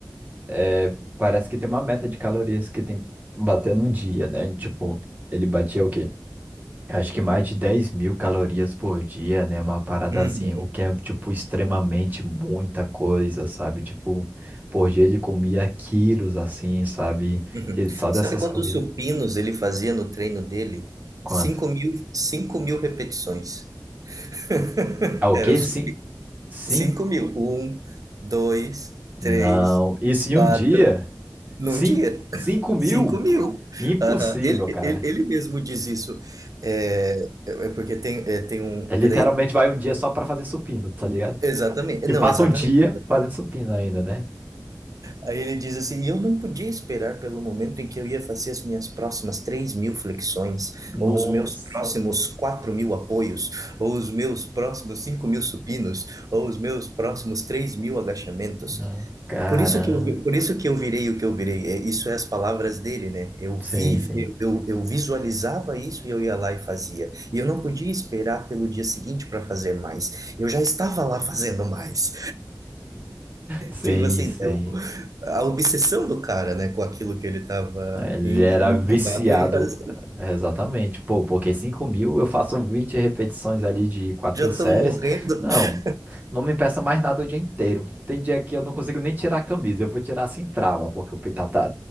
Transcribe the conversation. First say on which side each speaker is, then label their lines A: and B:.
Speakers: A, on the right; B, on the right.
A: é, parece que tem uma meta de calorias que tem que bater no dia, né? Tipo, ele batia o quê? Acho que mais de dez mil calorias por dia, né? Uma parada
B: Uhum.
A: assim, o que é, tipo, extremamente muita coisa, sabe? Tipo, por dia ele comia quilos, assim, sabe?
B: Uhum.
A: E só dessas
B: Sabe quantos
A: comidas.
B: supinos ele fazia no treino dele?
A: Quanto?
B: Cinco mil, cinco mil repetições. <laughs>
A: Ah, o
B: Era
A: quê?
B: o supino.
A: Sim, sim?
B: Cinco mil. Um, dois,
A: Não.
B: três,
A: Isso em
B: quatro.
A: um dia?
B: Num
A: Sim,
B: dia.
A: 5
B: <laughs>
A: mil?
B: Cinco mil.
A: Impossível,
B: Aham. Ele, ele,
A: cara.
B: ele mesmo diz isso. É, é porque tem, é, tem um.
A: É,
B: Porque
A: literalmente
B: daí,
A: vai um dia só pra fazer supino, tá ligado?
B: exatamente.
A: E
B: Não,
A: passa
B: exatamente.
A: o dia fazendo supino ainda, né?
B: Aí ele diz assim: e eu não podia esperar pelo momento em que eu ia fazer as minhas próximas três mil flexões,
A: Nossa.
B: ou os meus próximos quatro mil apoios, ou os meus próximos cinco mil supinos, ou os meus próximos três mil agachamentos.
A: Não, cara.
B: Por isso que eu, vi- por isso que eu virei o que eu virei. É, Isso é as palavras dele, né? Eu vi,
A: Sim, sim.
B: eu, eu visualizava isso e eu ia lá e fazia. E eu não podia esperar pelo dia seguinte para fazer mais. Eu já estava lá fazendo mais.
A: Sim,
B: Tipo assim,
A: sim.
B: né, o- a obsessão do cara, né, com aquilo que ele estava
A: Ele
B: empolgado
A: era viciado,
B: e faz-
A: é, exatamente. Pô, porque cinco mil eu faço 20 repetições ali de quatro
B: já estão
A: séries.
B: morrendo.
A: Não,
B: <laughs>
A: não me peça mais nada o dia inteiro. Tem dia que eu não consigo nem tirar a camisa, eu vou tirar sem trava, porque o peito tá, tá,